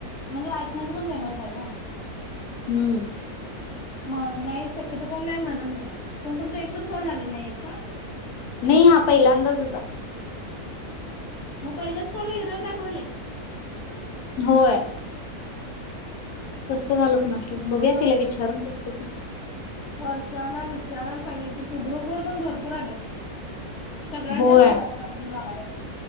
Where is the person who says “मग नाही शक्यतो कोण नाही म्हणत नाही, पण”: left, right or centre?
Left